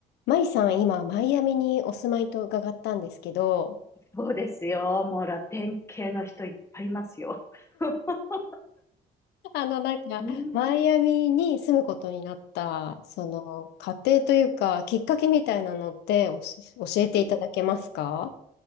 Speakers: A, on the left (about 80°); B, on the left (about 15°).
A: マイさん、今、マイアミにお住まいと伺ったんですけど、
B: そうですよ。もうラテン系の人いっぱいいますよ。<laughs>
A: あの、なんか、
B: うん、
A: マイアミに住むことになった、その、過程というか、きっかけみたいなのっておし、教えていただけますか
B: うん